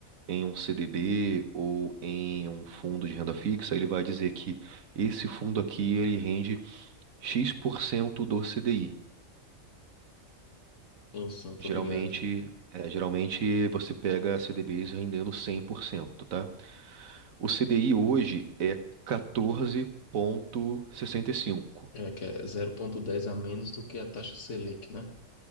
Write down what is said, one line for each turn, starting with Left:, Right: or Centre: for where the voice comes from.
Right: em um CDB ou em um fundo de renda fixa, ele vai dizer que esse fundo aqui ele rende X% do CDI.
Left: Enfim, tô
Right: Geralmente,
Left: ligado.
Right: é, geralmente você pega CDBs rendendo 100%, tá? O CDI hoje é 14,65.
Left: É que é 0,10 a menos do que a taxa Selic, né?